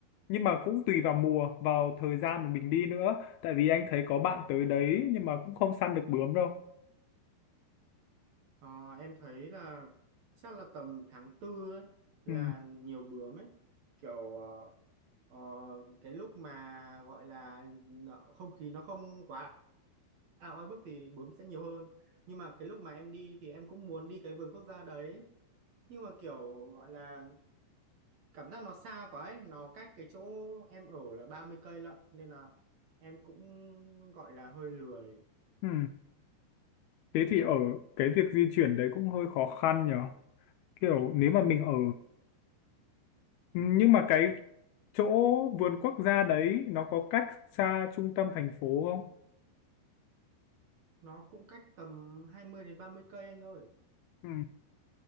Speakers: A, on the left; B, on the right.
A: nhưng mà cũng tùy vào mùa vào thời gian mà mình đi nữa tại vì anh thấy có bạn tới đấy nhưng mà cũng không săn được bướm đâu
B: Ờ, em thấy là chắc là tầm tháng tư ấy là
A: ừ.
B: nhiều bướm ấy kiểu ờ, ờ, cái lúc mà gọi là nợ- không khí nó không quá là oi bức thì bướm sẽ nhiều hơn nhưng mà cái lúc mà em đi thì em cũng muốn đi cái vườn quốc gia đấy nhưng mà kiểu gọi là cảm giác nó xa quá ấy nó cách cái chỗ em ở là 30 cây lận nên là em cũng gọi là hơi lười
A: Ừ. thế thì ở cái việc di chuyển đấy cũng hơi khó khăn nhở kiểu nếu mà mình ở Ừ, nhưng mà cái chỗ vườn quốc gia đấy nó có cách xa trung tâm thành phố không
B: nó cũng cách tầm 20 đến 30 cây anh ơi
A: ừ.